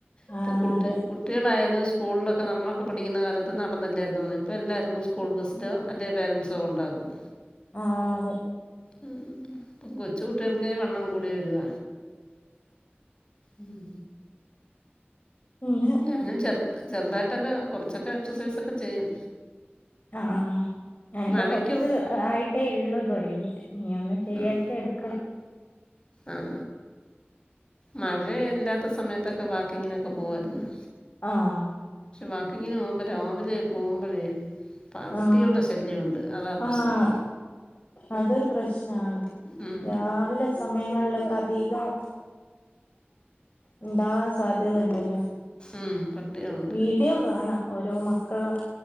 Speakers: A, on the left (about 25°); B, on the left (about 50°).
A: ഇപ്പൊ
B: ആഹ്
A: കുട്ടി
B: അതെ
A: കുട്ടികളായാലും സ്കൂളിലൊക്കെ നമ്മളൊക്കെ പഠിക്കുന്ന കാലത്ത് നടന്നല്ലെർന്നോ ഇപ്പോ എല്ലാര്തും. സ്കൂൾ ബസ്സിലോ അല്ലെ പേരൻസോ കൊണ്ടാക്കും.
B: ആഹ് അതെ.
A: ഇപ്പം കൊച് കുട്ട്യോൾകേ വണ്ണം കൂടി വരുവ. ഉം.
B: മ്ന്നെ.
A: ഞാനും ചെറു ചെറുതായിട്ടൊക്കെ കുറച്ചൊക്കെ എക്സസൈസൊക്കെ ചെയ്യും.
B: ആ ആ ആ ഞാനിപ്പോ
A: മഴയ്ക്കും
B: കൊറച്ച് ആയിട്ടേ എള്ളു തുടങ്ങിട്ട്. ഇഞ്ഞി ഒന്ന് ശരിയാക്കി
A: ആഹ്
B: എടുക്കണം.
A: ആഹ് മഴ ഇല്ലാത്ത സമയത്തൊക്കെ വാക്കിങ്ങിനൊക്കെ പോവായിരുന്നു.
B: ആഹ്
A: വാക്കിങ്ങിന് പോകുമ്പോ രാവിലെ പോവുമ്പഴേ പട്ടികളുടെ
B: ആഹ്
A: ശല്യമുണ്ട് അതാ പ്രശ്നം.
B: ആഹ് അതൊരു പ്രശ്നആണ്.
A: ഉം
B: രാവിലെ സമയങ്ങളിലൊക്കെ അധികം ഇണ്ടാവാൻ സാധ്യത ഇണ്ടല്ലോ.
A: ഉം പട്ടികളുണ്ട്.
B: വീഡിയോ കാണ ഓരോ മക്കളെ